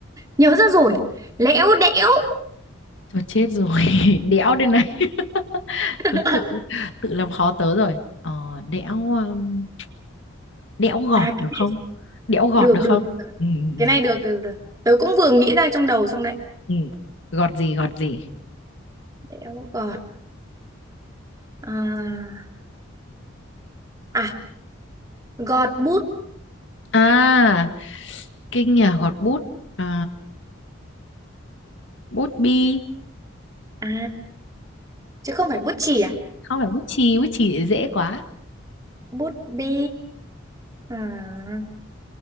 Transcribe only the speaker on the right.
nhớ ra rồi. Lẽo đẽo.
<laughs>
À,
cái
này
được
được.
được.
Cái này được được được. Tớ cũng vừa nghĩ ra trong đầu xong đấy.
Đẽo gọt. À, à gọt bút.
À, chứ không phải bút chì à?
Bút bi. À,